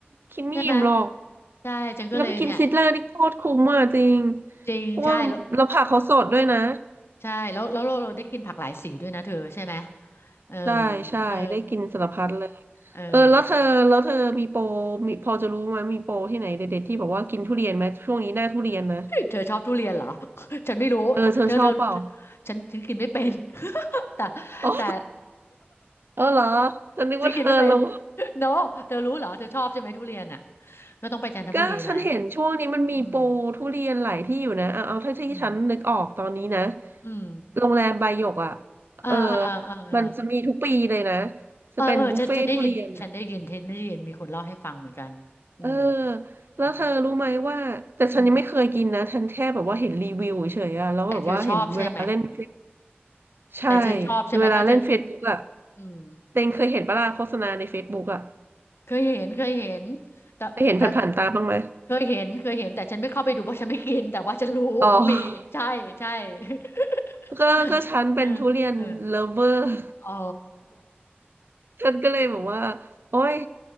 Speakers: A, on the right; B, on the left.
A: กินไม่อิ่มหรอก
B: ใช่ไหมใช่ฉันก็เลยเนี่ย
A: แล้วไปกินซิตเลอร์นี่โคตรคุ้มอ่ะจริง
B: จริงใช่แล้ว
A: เพราะว่าเราผักเขาสดด้วยนะ
B: ใช่แล้วแล้วเราเราได้กินผักหลายสีด้วยนะเธอใช่ไหมเออ
A: ใช่ใช่ได้กินสารพัดเลย
B: เออเออ
A: เออแล้วเธอแล้วเธอมีโปรมีพอจะรู้ไหมมีโปรที่ไหนเด็ดๆที่บอกว่ากินทุเรียนไหมช่วงนี้หน้าทุเรียนนะ
B: <laughs> เธอชอบทุเรียนเหรอ <laughs> ฉันไม่รู้เธอเธอเธอฉันฉันกินไม่เป็น
A: เออเธอชอบเปล่า
B: <laughs> แต่
A: <laughs> อ๋อ
B: แต่
A: เออเหรอฉันนึกว่าเธอรู้
B: ฉันกินไม่เป็น <laughs> no เธอรู้เหรอเธอชอบใช่ไหมทุเรียนอ่ะก็ต้องไปจันทบุรีมา
A: ก็ฉันเห็นช่วงนี้มันมีโปรทุเรียนหลายที่อยู่นะเอาเอาเท่าที่ฉันนึกออกตอนนี้นะ
B: อืม อืมอืม
A: โรงแรมไบหยกอ่ะ
B: เออเออเออเออ
A: เออมันจะมีทุกปีเลยนะ
B: เออเออฉันฉันได้ยินฉันได้ยินฉันได้ยินมีคนเล่าให้ฟังเหมือนกันอืม
A: จะเป็นบุฟเฟ่ทุเรียนอ่ะเออแล้วเธอรู้ไหมว่า
B: เออ
A: แต่ฉันยังไม่เคยกินนะ
B: อืม
A: ฉันแค่แบบว่าเห็นรีวิวเฉยๆอ่ะแล้วแบบว่าเห็นเวลาเล่น
B: แต่เธอชอบใช่ไหม
A: Face- ใช่
B: แต่เธอชอบใช่ไหมถ้าเธอ
A: เวลาเล่นเฟซบุ๊กอ่ะ
B: อืม
A: เต็งเคยเห็นปะล่ะโฆษณาในเฟซบุ๊กอ่ะ
B: เคยเห็นเคยเห็นแต่แต่
A: เคยเห็นผ่านๆตาบ้างไหม
B: เคยเห็นเคยเห็นแต่ฉันไม่เข้าไปดูเพราะฉันไม่กิน แต่ว่าฉันรู้ว่ามี
A: อ๋อ
B: ใช่ใช่ <laughs>
A: ก็ก็ฉันเป็นทุเรียนเลิฟเวอร์
B: เออเออ อ๋อ
A: ฉันก็เลยบอกว่าโอ๊ย